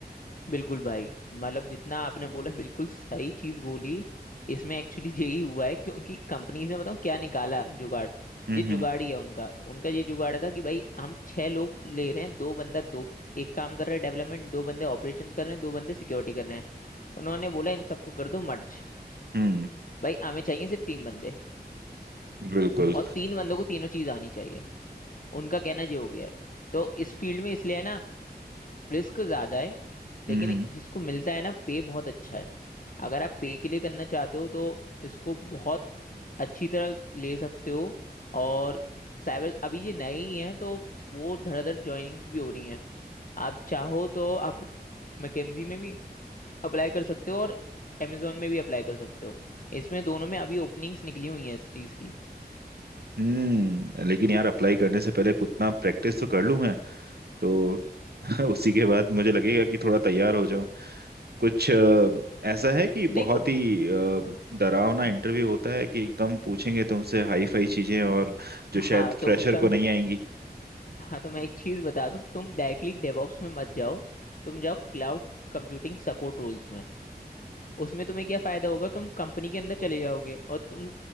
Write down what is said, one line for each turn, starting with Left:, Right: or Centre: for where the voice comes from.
Left: बिल्कुल भाई मतलब जितना आपने बोला बिल्कुल सही चीज बोली इसमें एक्चुअली <laughs> यही हुआ है क्योंकि कंपनीज ने बताऊं क्या निकाला जुगाड़
Right: हम्म
Left: ये जुगाड़
Right: हम्म
Left: ही है उनका उनका ये जुगाड़ था कि भाई हम छह लोग ले रहे हैं दो बंदा दो एक काम कर रहा है डेवलपमेंट दो बंदे ऑपरेशंस कर रहे हैं दो बंदे सिक्योरिटी कर रहे हैं उन्होंने बोला इन सबको कर दो मर्ज
Right: हम्म,
Left: भाई हमें चाहिए सिर्फ तीन बंदे
Right: बिल्कुल
Left: और तीन बंदों को तीनों चीज आनी चाहिए उनका कहना ये हो गया है तो इस फील्ड में इसलिए है ना रिस्क ज्यादा है लेकिन
Right: हम्म
Left: जिसको मिलता है ना पे बहुत अच्छा है अगर आप पे के लिए करना चाहते हो तो इसको बहुत अच्छी तरह ले सकते हो और साइबर अभी ये नए ही हैं तो वो धड़ाधड़ ज्वाइनिंग्स भी हो रही हैं आप चाहो तो आप मैकेंजी में भी अप्लाई कर सकते हो और Amazon में भी अप्लाई कर सकते हो इसमें दोनों में अभी ओपनिंग्स निकली हुई हैं इस चीज़ की
Right: हम्म लेकिन यार अप्लाई करने से पहले उतना प्रैक्टिस तो कर लूं मैं तो <laughs> उसी के बाद मुझे लगेगा कि थोड़ा तैयार हो जाऊं कुछ अ, ऐसा है कि
Left: नहीं
Right: बहुत
Left: तो
Right: ही अ, डरावना इंटरव्यू होता है कि एकदम पूछेंगे तुमसे हाई फाई चीजें और जो
Left: हाँ
Right: शायद
Left: तो
Right: फ्रेशर
Left: उसका
Right: को नहीं आएंगी
Left: हाँ तो मैं एक चीज बता दूं तुम डायरेक्टली डेवऑप्स में मत जाओ तुम जाओ क्लाउड कंप्यूटिंग सपोर्ट रोल्स में उसमें तुम्हें क्या फायदा होगा तुम कंपनी के अंदर चले जाओगे और तुम